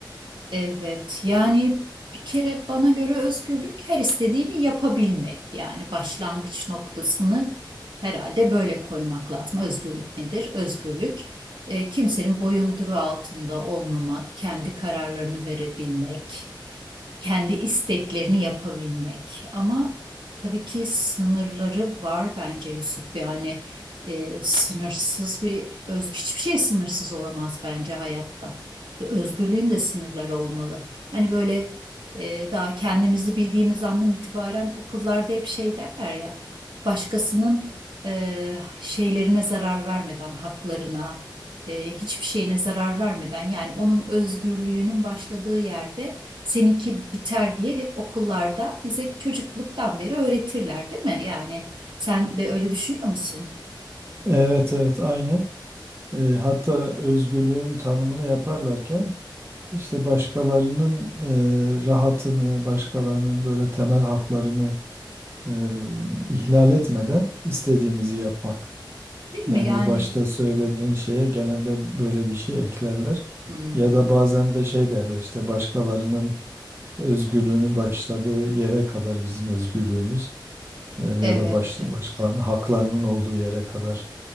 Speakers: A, on the right (about 75°); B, on the right (about 30°).
A: Evet, yani bir kere bana göre özgürlük her istediğini yapabilmek. Yani başlangıç noktasını herhalde böyle koymak lazım. Özgürlük nedir? Özgürlük e, kimsenin boyunduruğu altında olmamak, kendi kararlarını verebilmek, kendi isteklerini yapabilmek. Ama tabii ki sınırları var bence Yusuf. Yani e, sınırsız bir özgürlük, hiçbir şey sınırsız olamaz bence hayatta. ve özgürlüğün de sınırları olmalı. Hani böyle e, daha kendimizi bildiğimiz andan itibaren okullarda hep şey derler ya, başkasının e, şeylerine zarar vermeden, haklarına, e, hiçbir şeyine zarar vermeden yani onun özgürlüğünün başladığı yerde seninki biter diye hep okullarda bize çocukluktan beri öğretirler, değil mi? Yani sen de öyle düşünüyor musun?
B: Evet evet aynen. Ee, hatta özgürlüğün tanımını yaparlarken işte başkalarının e, rahatını, başkalarının böyle temel haklarını e, ihlal etmeden istediğimizi yapmak.
A: Değil
B: Yani
A: mi? Yani.
B: o başta söylediğin şeye genelde böyle bir şey eklerler.
A: Hı hı.
B: Ya da bazen de şey derler işte başkalarının özgürlüğünün başladığı yere kadar bizim özgürlüğümüz e, ya
A: Evet,
B: da baş,
A: evet.
B: başkalarının haklarının olduğu yere kadar